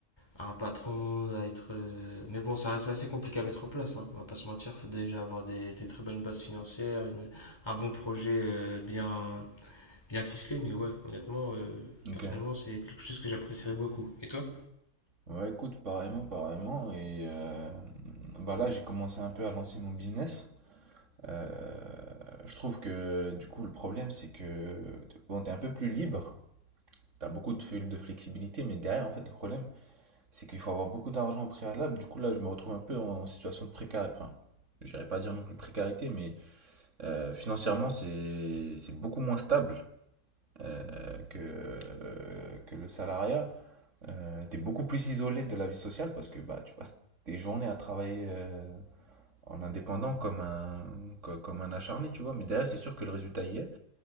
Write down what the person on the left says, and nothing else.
à un patron, à être. euh, Mais bon, ça reste assez compliqué à mettre en place, hein, on va pas se mentir. faut déjà avoir des, des très bonnes bases financières, une- un bon projet euh, bien, bien ficelé. Mais ouais, honnêtement, euh,
personnellement, c'est quelque chose que j'apprécierais beaucoup. Et toi?